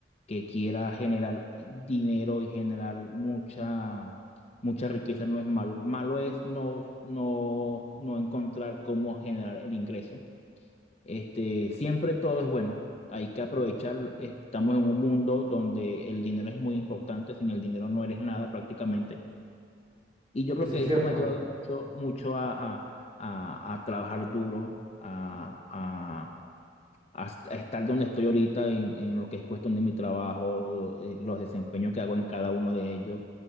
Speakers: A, on the left (about 35°); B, on the right (about 30°).
A: que quiera generar dinero y generar mucha, mucha riqueza no es malo. Malo es no, no, no encontrar cómo generar el ingreso. Este, siempre todo es bueno. Hay que aprovechar. Estamos en un mundo donde el dinero es muy importante. Sin el dinero no eres nada prácticamente. Y yo creo
B: Eso
A: que
B: es
A: esto
B: cierto.
A: me ha llevado mucho, mucho a, a- a- a trabajar duro, a, a- a est- a estar donde estoy ahorita en, en lo que es cuestión de mi trabajo, lo- eh, los desempeños que hago en cada uno de ellos,